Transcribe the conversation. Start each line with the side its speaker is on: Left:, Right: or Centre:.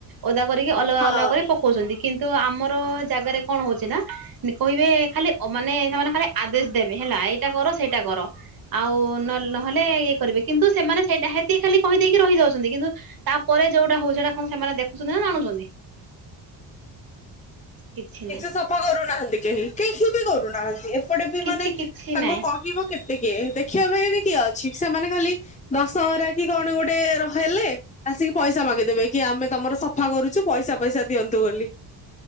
Right: ଓଦା କରିକି ଅଲଗା
Left: ହଁ।
Right: ଅଲଗା କରି ପକଉଛନ୍ତି, କିନ୍ତୁ ଆମର ଜାଗାରେ କଣ ହଉଛି ନା? କହିବେ ଖାଲି ମାନେ ସେମାନେ ଖାଲି ଆଦେଶ ଦେବେ ହେଲା ଏଇଟା କର ସେଇଟା କର ଆଉ ନ ନହେଲେ ଇଏ କରିବେ କିନ୍ତୁ ସେମାନେ ସେଇଟା ହେତିକି ଖାଲି କହିଦେଇକି ରହିଯାଉଛନ୍ତି କିନ୍ତୁ ତାପରେ ଯୋଉଟା ହଉଚି ସେଟା କଣ ସେମାନେ ଦେଖୁଛନ୍ତି ନା ଜାଣୁଛନ୍ତି, କିଛି
Left: ଠିକସେ
Right: ନାହିଁ
Left: ସଫା କରୁନାହାନ୍ତି କେହି କେହି ବି କରୁନାହାନ୍ତି ସେପଟେ ବି
Right: କିଛି
Left: ମାନେ
Right: କିଛି
Left: ତାଙ୍କୁ
Right: ନାହିଁ
Left: କହିବ କେତ କିଏ ଦେଖିବା ପାଇଁ ବି କିଏ ଅଛି ସେମାନେ ଖାଲି ଦଶହରା କି କଣ ଗୋଟେ ର ହେଲେ ଆସିକି ପଇସା ମାଗିଦେବେ କି ଆମେ ତମର ସଫା କରୁଛୁ। ପଇସା, ପଇସା ଦିଅନ୍ତୁ ବୋଲି।